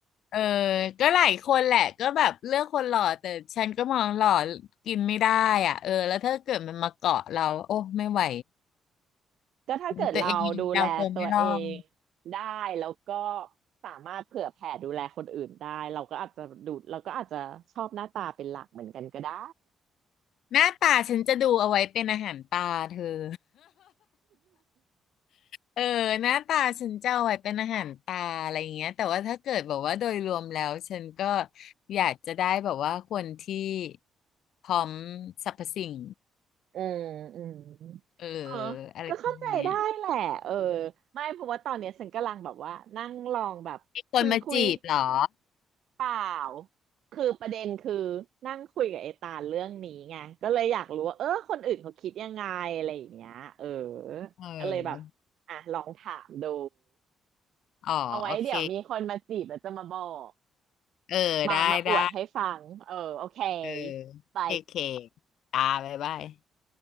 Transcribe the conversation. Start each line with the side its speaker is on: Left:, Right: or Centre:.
Left: เออก็หลายคนแหละก็แบบเลือกคนหล่อแต่ฉันก็มองหล่อกินไม่ได้อ่ะเออแล้วถ้าเกิดมันมาเกาะเราโอ้ไม่ไหว
Right: ก็ถ้าเกิดเราดูแลตัวเอง
Left: ตัวเองยังเอาตัวไม่รอด
Right: ได้แล้วก็สามารถเผื่อแผ่ดูแลคนอื่นได้เราก็อาจจะดูเราก็อาจจะชอบหน้าตาเป็นหลักเหมือนกันก็ได้
Left: หน้าตาฉันจะดูเอาไว้เป็นอาหารตาเธอ <laughs> เออหน้าตาฉันจะเอาไว้เป็นอาหารตาอะไรอย่างเงี้ยแต่ว่าถ้าเกิดแบบว่าโดยรวมแล้วฉันก็อยากจะได้แบบว่าคนที่พร้อมสรรพสิ่ง
Right: อืมอืม
Left: เออ
Right: เออ
Left: อะไรประมาณเนี้ย
Right: ก็เข้าใจได้แหละเออไม่เพราะว่าตอนเนี้ยฉันกำลังแบบว่านั่งลองแบบคุยคุย
Left: มีคนมาจีบเหรอ
Right: เปล่า คือประเด็นคือนั่งคุยกับไอตาลเรื่องนี้ไงก็เลยอยากรู้ว่าเออคนอื่นเขาคิดยังไงอะไรอย่างเงี้ยเออ
Left: เออ
Right: ก็เลยแบบอ่ะลองถามดู
Left: อ๋อโอเค
Right: เอาไว้เดี๋ยวมีคนมาจีบแล้วจะมาบอก
Left: เออได้ได้
Right: มามาอวดให้ฟัง เออโอเค
Left: เออ
Right: ไป
Left: เคเคตาบ๊ายบาย